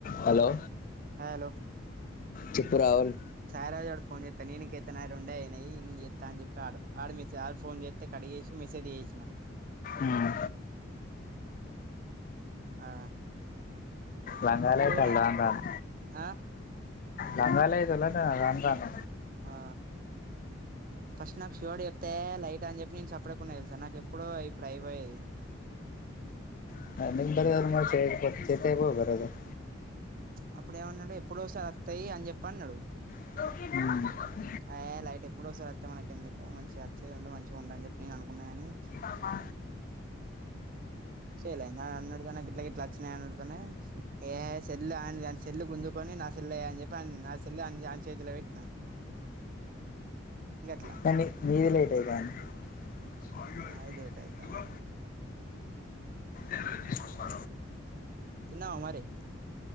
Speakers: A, on the left; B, on the right.
A: Hello
B: hello
A: చెప్పు రావుల్
B: సాయిరాజు గాడు phone చేత్తే నేను ఇక ఎత్తను నాయి రెండే అయినాయి నేను చేత్తా అని చెప్పి ఆడు మీ సార్ ఫోన్ చేస్త తే కడు చేసి మెసేజ్ జేసినా
A: ఉమ్
B: ఆ
A: లంగాలు
B: బ్రో
A: ఐతాల్
B: నా
A: రాను రాను
B: ఆ
A: లంగాలు ఐదుల్ల రాను రాను
B: ఆ ఫస్ట్ నాకు శివడు చెప్తే లైట్ అని చెప్పి నేను చప్పడకుండా తెలుసా నాకు ఎప్పుడో ఇప్పుడు అయిపోయేది
A: <unintelligible>
B: అప్పుడేమన్నాడు ఎప్పుడో ఓసారి వత్తాయి అని చెప్పి అన్నడు
A: ఉమ్
B: అయ్ లైట్ ఎప్పుడు వస్తది అత్తే మనకి ఎందుకు మంచిగా అచ్చేది ఉంటే మంచిగా ఉంటంది అని చెప్పి నేను అనుకున్నా కానీ
A: అమా
B: చేయలే నా అన్నడు గానీ నాకు గిట్లా గిట్ల అచ్చినయి అనడుతున్నా ఏ సెల్లు ఆయనది ఆని సెల్లు గుంజుకొని నా సెల్లే అని చెప్పి అ నా సెల్లు అ ఆయన చేతిలో పెట్టినా గట్లా
A: కానీ
B: స్టోరీ
A: మీది లేట్ అయితాంది స్వామివారికి
B: మాది లేట్ అయితాంది
A: ముందుగా అ తీసుకస్తా
B: తిన్నావా మరి